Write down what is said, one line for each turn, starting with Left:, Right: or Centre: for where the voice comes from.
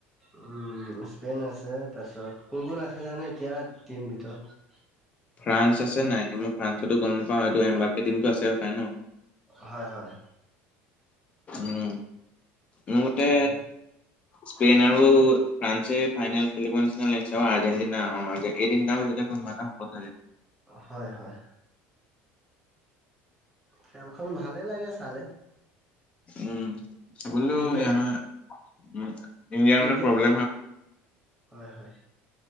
Centre: উম, স্পেইন আছে, তাৰপিছত কোন-কোন আছে জানো এতিয়া টিম ভিতৰত।
Left: ফ্ৰান্স আছে নাই! মই ফ্ৰান্সতো গম নাপাওঁ, এইটো এম্বমটো আছে হয় নাই ন!
Centre: হয়, হয়।
Left: উম, মোৰ মতে
Centre: তাৰপিছত
Left: স্পেইন আৰু ফ্ৰান্সে ফাইনেল খেলিব নিচিনা লাগিছে আৰু আৰ্জেন্টিনা আগে এই তিনটা
Centre: অ',
Left: মাজতে কোনবা এটা হ'ব <unintelligible>
Centre: হয়, হয়। খেলখন ভালেই লাগে চালে।
Left: উম, চাবলৈও
Centre: ক্ৰিকেট
Left: হেয়া উম, ইণ্ডিয়াৰ
Centre: ক্ৰিকেট
Left: মানে প্ৰব্লেম হয়।
Centre: হয়, হয়।